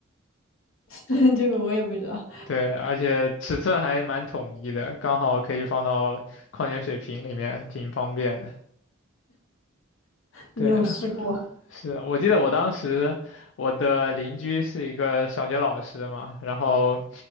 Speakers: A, on the left (about 80°); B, on the left (about 65°).
A: <laughs> 这个我也不知道，
B: <laughs> 对，而且尺寸还蛮统一的，刚好可以放到矿泉水瓶里面，挺方便的。对，
A: 你有试过？
B: 是，我记得我当时我的邻居是一个小学老师嘛，然后